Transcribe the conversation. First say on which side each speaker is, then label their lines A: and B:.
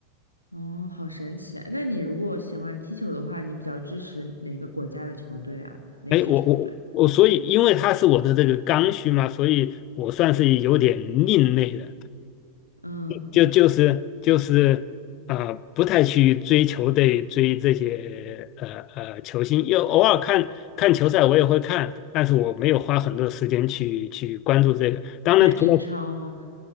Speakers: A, on the left; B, on the left.
A: 哦，好神奇啊！那你如果喜欢踢球的话，你比较支持哪个国家的球队啊？哪支球队？
B: 哎，我我我，所以因为他是我的这个刚需嘛，所以我算是有点另类的，
A: 嗯，
B: 就就是就是啊、
A: 你
B: 呃不太去追求对追这些呃呃球星，又偶尔看看球赛我也会看，但是我没有花很多时间去去关注这个。当然，
A: 看英超吗？
B: 除了